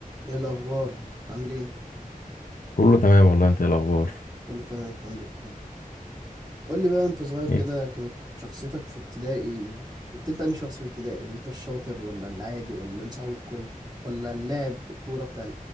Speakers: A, on the right (about 30°); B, on the left (about 70°).
A: ايه الاخبار عامل ايه
B: كله تمام والله انت ايه الاخبار
A: كله تمام الحمد لله قول لي بقى وانت صغير كده
B: ايه؟
A: كانت شخصيتك في ابتدائي كنت انت انهي شخص في ابتدائي انت الشاطر ولا العادي ولا اللي مصاحب الكل ولا اللاعب الكوره بتاع